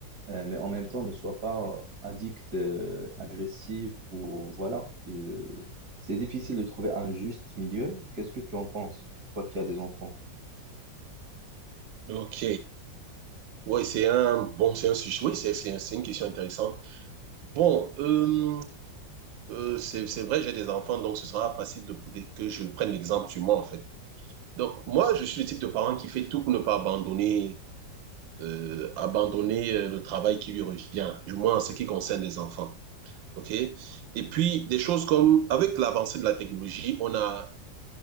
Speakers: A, on the right (about 55°); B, on the right (about 80°).
A: euh, mais en même temps ne sois pas euh, addict, euh, agressif ou voilà. qui, euh, c'est difficile de trouver un juste milieu. Qu'est-ce que tu en penses, toi qui as des enfants?
B: ok. Oui, c'est un bon, c'est un sujet. Oui, c'est c'est- c'est une question intéressante. Bon, euh, euh, c'est c'est vrai, j'ai des enfants, donc ce sera facile de, de- que je prenne l'exemple sur moi, en fait. Donc, moi, je suis le type de parent qui fait tout pour ne pas abandonner, euh, abandonner euh, le travail qui lui revient, du moins en ce qui concerne les enfants. OK? Et puis, des choses comme, avec l'avancée de la technologie, on a,